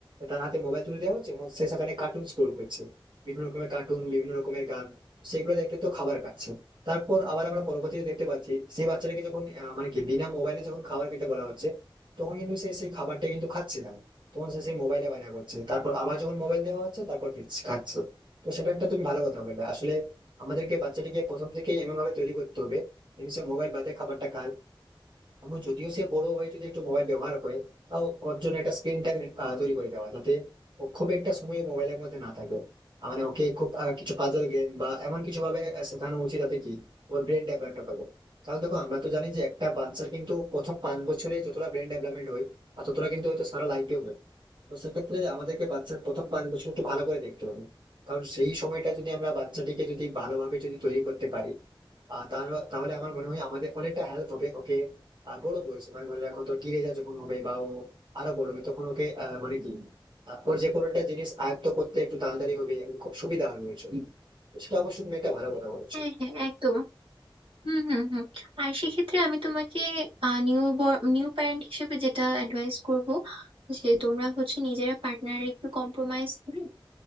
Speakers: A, on the right (about 60°); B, on the right (about 80°).
A: তার হাতে মোবাইল তুলে দেওয়া হচ্ছে এবং সে সেখানে কার্টুন স্ক্রোল করছে বিভিন্ন রকমের কার্টুন বিভিন্ন রকমের গান সেগুলো দেখতে তো খাবার খাচ্ছে তারপর আবার আমরা পরবর্তীতে দেখতে পাচ্ছি সেই বাচ্চাটাকে যখন আহ, মানে কি বিনা মোবাইলে যখন খাবার খেতে বলা হচ্ছে তখন কিন্তু সে সেই খাবারটা কিন্তু খাচ্ছে না তখন সে সেই মোবাইলে বায়না করছে তারপর আবার যখন মোবাইল দেওয়া হচ্ছে তারপর খেচ্ছে- খাচ্ছে তো সেটা একটা তুমি ভালো কথা বললে আসলে আমাদেরকে বাচ্চাটিকে প্রথম থেকে এমন ভাবে তৈরি করতে হবে যেন সে মোবাইল বাদে খাবারটা খায় আমি যদিও সে বড় হয়ে যদি একটু মোবাইল ব্যবহার করে তাও ওর জন্য একটা স্ক্রিন টাইম তৈরি করে দেওয়া যাতে ও খুব একটা সময় মোবাইলের মধ্যে না থাকে আহ, মানে ওকে খুব আহ, কিছু পাজল গেম বা এমন কিছু ভাবে আহ, শেখানো উচিত যাতে কি ওর ব্রেন ডেভেলপমেন্ট হবে কারণ দেখো আমরা তো জানি যে একটা বাচ্চার কিন্তু প্রথম পাঁচ বছরে যতটা ব্রেন ডেভেলপমেন্ট হয় আর ততটা কিন্তু হয়তো সারা লাইফেও হয় তো সেক্ষেত্রে আমাদেরকে বাচ্চার প্রথম পাঁচ বছর একটু ভালো করে দেখতে হবে কারণ সেই সময়টা যদি আমরা বাচ্চাটিকে যদি ভালোভাবে যদি তৈরি করতে পারি আর তাহলে আমার মনে হয় আমাদের অনেকটা হেল্প হবে ওকে আহ, বড় বয়স মানে ধরে রাখো তো টিনেজার যখন হবে বা ও আরো বড় হবে তখন ওকে আহ, মানে কি আহ, ওর যে কোনো একটা জিনিস আয়ত্ত করতে একটু তাড়াতাড়ি হবে এবং খুব সুবিধা হবে ওর জন্য। তো সেটা অবশ্যই তুমি একটা ভালো কথা বলেছো
B: হ্যাঁ হ্যাঁ একদম হুম হুম হুম আর সেক্ষেত্রে আমি তোমাকে নিউ নিউ প্যারেন্ট হিসেবে যেটা অ্যাডভাইস করব যে তোমরা হচ্ছে নিজেরা পার্টনার একটু কম্প্রোমাইজ করে